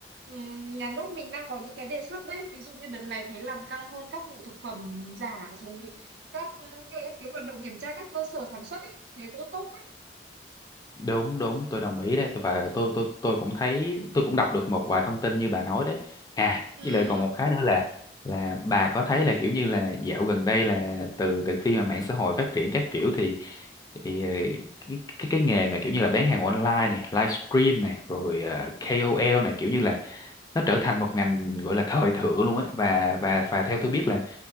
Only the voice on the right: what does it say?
Ừm, nhà nước mình đang có những cái đề xuất đấy ví dụ như đợt này thấy làm căng hơn các vụ thực phẩm giả rồi các cái, cái hoạt động kiểm tra các cơ sở sản xuất ấy thế cũng tốt đấy
Ừ,
đúng